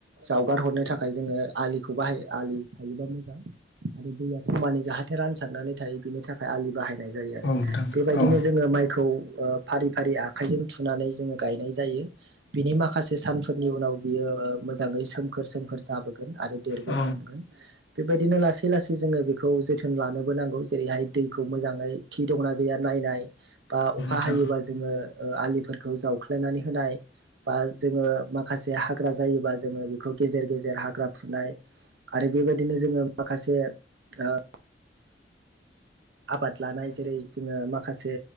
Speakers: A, on the right; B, on the left.
A: जावगार हरनो थाखाय जोङो आलिखौ बाहायो आलि थायोबा मोजां आरो दैया खमानै जाहाथे रानसारनानै थायो। बिनि थाखाय आलि बाहायनाय जायो आरो
B: औ नोंथां
A: बेबायदिनो
B: औ नोंथां औ नोंथां औ नोंथां औ
A: जोङो माइखौ ओ फारि फारि आखाइजों थुनानै जोङो गायनाय जायो बिनि माखासे सानफोरनि उनाव बियो ओ मोजाङै सोमखोर सोमखोर जाब बोगोन आरो देरबोनो
B: औ
A: हमगोन बेबायदिनो लासै लासै जोङो बेखौ जोथोन लानोबो नांगौ। जेरैहाय दैखौ मोजाङै थि दङना गैया नायनाय बा अखा
B: औ
A: हायोबा
B: औ
A: जोङो ओ आलिफोर खौ जावख्लायनानै होनाय बा जोङो माखासे हाग्रा जायोबा जोङो बेखौ गेजेर गेजेर हाग्रा फुनाय आरो बेबायदिनो जोङो माखासे ओ आबाद लानाय जेरै जोङो माखासे